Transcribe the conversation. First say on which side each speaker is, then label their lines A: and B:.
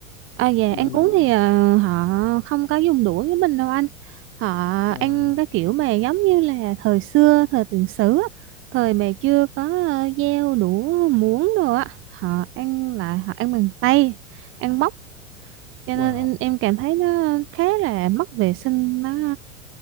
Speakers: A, on the right; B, on the left.
A: à về
B: Mà
A: ăn
B: nó
A: uống thì à, họ không có dùng đũa với mình đâu anh họ
B: à,
A: ăn cái kiểu mà giống như là thời xưa thời tiền sử á, thời mà chưa có uh, dao đũa muỗng đồ á họ ăn lại họ ăn bằng tay ăn bóc cho
B: wow
A: nên em, em cảm thấy nó khá là mất vệ sinh nó